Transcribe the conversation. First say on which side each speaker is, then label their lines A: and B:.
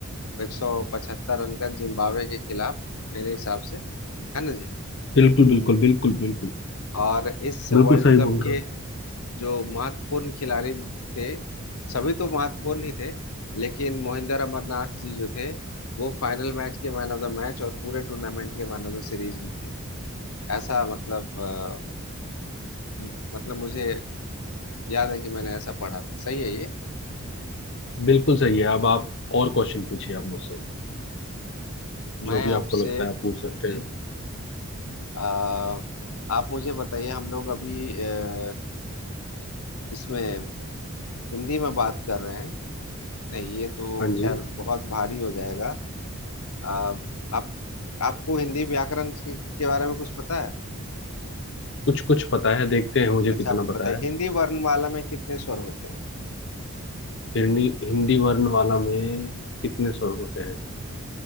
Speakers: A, on the left; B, on the left.
A: 175 रन का जिम्बाब्वे के खिलाफ मेरे हिसाब से है ना जी
B: बिल्कुल बिल्कुल बिल्कुल बिल्कुल
A: और इस वर्ल्ड
B: बिल्कुल सही
A: कप
B: बोल
A: के
B: रहे हो
A: जो महत्वपूर्ण खिलाड़ी थे सभी तो महत्वपूर्ण ही थे लेकिन मोहिंदर अमरनाथ जी जो थे वो फाइनल मैच के मैन ऑफ द मैच और पूरे टूर्नामेंट के मैन ऑफ द सीरीज भी थे ऐसा मतलब अ, म- मतलब मुझे याद है कि मैंने ऐसा पढ़ा था सही है ये
B: बिल्कुल सही है अब आप और क्वेश्चन पूछिए आप मुझसे जो
A: मैं
B: भी
A: आपसे
B: आपको लगता है आप पूछ सकते
A: जी
B: हैं
A: अ, आप मुझे बताइए हम लोग अभी अ, इसमें हिंदी में बात कर रहे हैं नहीं ये तो
B: हाँ जी
A: खैर बहुत भारी हो जाएगा अ, आप आपको हिंदी व्याकरण के, के बारे में कुछ पता है
B: कुछ कुछ पता है देखते हैं मुझे
A: अच्छा
B: कितना
A: आप
B: पता
A: बताइए
B: है
A: हिंदी वर्णमाला में कितने स्वर होते हैं
B: हिंदी हिंदी वर्णमाला में कितने स्वर होते हैं